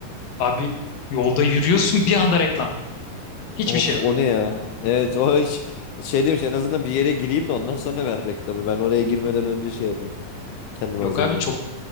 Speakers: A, on the left; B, on the left.
A: Abi yolda yürüyorsun bir anda reklam. Hiçbir
B: Of
A: şey yok.
B: o ne ya? Evet o hiç şey demiş en azından bir yere gireyim de ondan sonra ver reklamı. Ben oraya girmeden önce şey yapayım. Kendimi
A: Yok
B: hazırlayayım.
A: abi çok